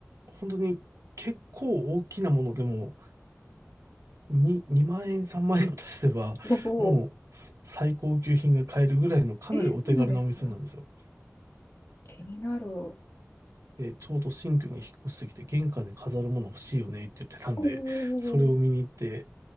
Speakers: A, on the right; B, on the left.
A: 本当に結構大きなものでも、2、2万円、3万円足せば、
B: おお。
A: もうす最高級品が買えるぐらいのかなりお手軽なお店なんですよ。
B: えー、そうなんですか。気になる。お
A: で、ちょうど新居に引っ越してきて、玄関に飾るもの欲しいよねって言ってたんで、
B: お。
A: それを見に行って、